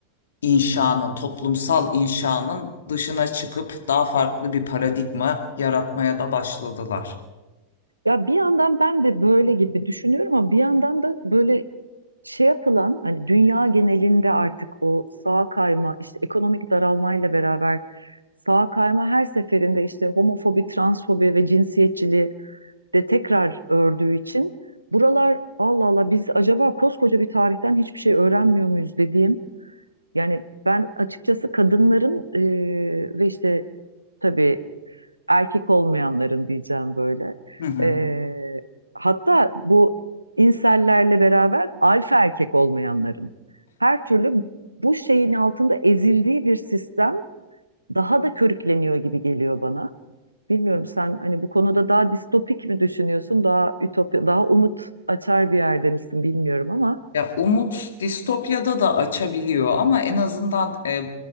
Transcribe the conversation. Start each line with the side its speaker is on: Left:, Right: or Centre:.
Left: inşanın, toplumsal inşanın dışına çıkıp daha farklı bir paradigma yaratmaya da başladılar.
Right: Ya bir yandan ben de böyle gibi düşünüyorum ama bir yandan da böyle şey yapılan hani dünya genelinde artık o sağa kayma işte ekonomik daralmayla beraber sağa kayma her seferinde işte homofobi, transfobi ve cinsiyetçiliği de tekrar ördüğü için buralar Allah Allah biz acaba koskoca bir tarihten hiçbir şey öğrenmiyor muyuz dediğim yani ben açıkçası kadınların e, ve işte tabii erkek olmayanların diyeceğim böyle.
Left: Hı hı.
Right: Ee, hatta bu insellerle beraber alfa erkek olmayanların her türlü bu şeyin altında ezildiği bir sistem daha da körükleniyor gibi geliyor bana. Bilmiyorum sen hani bu konuda daha distopik mi düşünüyorsun, daha ütopya, daha umut açar bir yerde misin bilmiyorum ama
Left: Ya umut distopyada da açabiliyor ama en azından e,